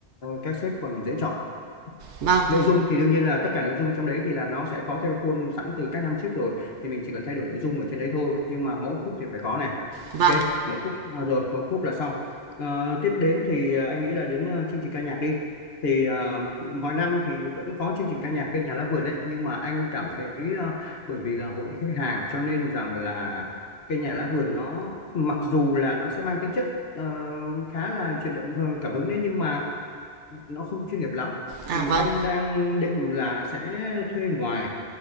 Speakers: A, on the left; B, on the right.
A: các sếp còn dễ chọn
B: Vâng.
A: nội dung thì đương nhiên là tất cả nội dung trong đấy thì là nó sẽ có theo cái khuôn sẵn từ các năm trước rồi thì mình chỉ cần thay đổi nội dung ở trên đấy thôi nhưng mà mẫu cúp thì phải có này
B: Vâng.
A: ok mẫu cúp à, rồi mẫu cúp là xong Ờ, tiếp đến thì à, anh nghĩ là đến ờ, chương trình ca nhạc đi thì à, mỗi năm thì vẫn có chương trình ca nhạc cây nhà lá vườn đấy nhưng mà anh cảm thấy ờ, bởi vì là hội khách hàng cho nên rằng là cây nhà lá vườn nó mặc dù là nó sẽ mang tính chất ờ, khá là chuyển động ờ, cảm hứng đấy nhưng mà nó không chuyên nghiệp lắm
B: À,
A: thì
B: vâng.
A: anh đang định là sẽ thuê ngoài